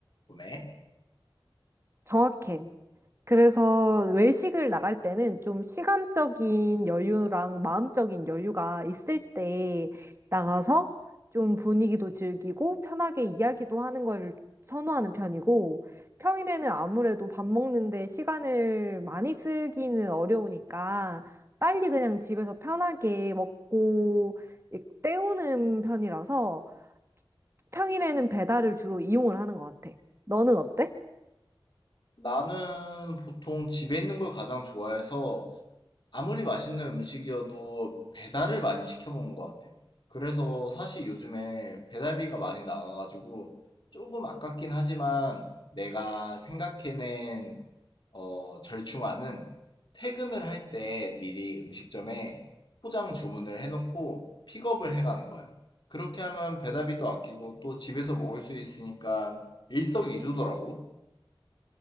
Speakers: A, on the left (about 55°); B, on the right (about 30°).
A: 보네.
B: 정확해. 그래서 외식을 나갈 때는 좀 시간적인 여유랑 마음적인 여유가 있을 때 나가서 좀 분위기도 즐기고 편하게 이야기도 하는 걸 선호하는 편이고 평일에는 아무래도 밥 먹는데 시간을 많이 쓰기는 어려우니까 빨리 그냥 집에서 편하게 먹고 때우는 편이라서 평일에는 배달을 주로 이용을 하는 것 같아. 너는 어때?
A: 나는 보통 집에 있는 걸 가장 좋아해서 아무리 맛있는 음식이어도 배달을 많이 시켜 먹는 것 같아. 그래서 사실 요즘에 배달비가 많이 나가가지고 조금 아깝긴 하지만 내가 생각해낸 어, 절충안은 퇴근을 할 때 미리 음식점에 포장 주문을 해놓고 픽업을 해가는 거야. 그렇게 하면 배달비도 아끼고 또 집에서 먹을 수 있으니까 일석이조더라고.